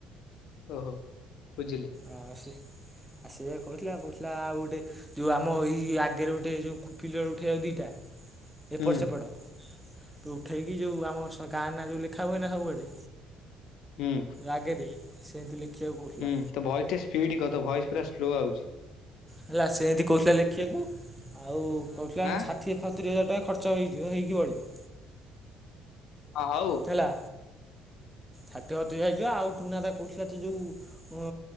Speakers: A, on the left; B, in the centre.
A: ଓହୋ ବୁଝିଲି।
B: ଅ ସେ ସେଇଆ କହୁଥିଲା କହୁଥିଲା ଆଉ ଗୋଟେ ଯୋଉ ଆମ ଏଇ ଆଗରେ ଗୋଟେ ଯୋଉ ପିଲର ଉଠିବାକୁ ଦିଟା।। ଏପଟ
A: ହୁଁ
B: ସେପଟ ଉଠେଇକି ଯେଉଁ ଆମ ଗାଁ ନା ଯେଉଁ ଲେଖା ହୁଏ ନା ସବୁଆଡେ
A: ହୁଁ।
B: ଆଗେ ଦେ ସେମିତି ଲେଖିବାକୁ କହୁଥିଲା।
A: ହୁଁ ତୋ ଭଏସଟେ ସ୍ପିଡ୍ କର ଭଏସ୍ ପୁରା ସ୍ଲୋ ଆଉଚି।
B: ହେଲା ସେମିତି କହୁଥିଲା ଲେଖିବାକୁ ଆଉ କହୁଥିଲା
A: ଆଁ
B: ଛାତ୍ ଇଏ ସତୁରି ହଜାର ଟଙ୍କା ଖର୍ଚ୍ଚ ହେଇଥିବ ହେଇକି ବଳିବ
A: ହଁ ହଉ
B: ହେଲା। ହାଟ ବାଟ କୁ ଯାଇଚୁ ନା ଆଉ ଟୁନା ଦାଦା କହୁଥିଲା ତୁ ଯୋଉ